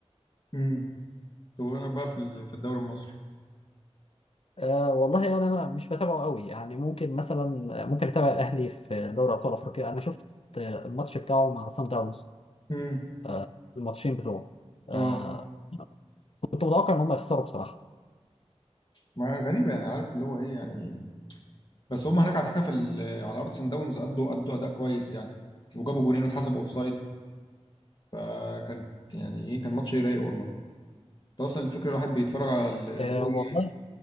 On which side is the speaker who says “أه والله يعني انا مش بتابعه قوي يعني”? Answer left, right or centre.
Left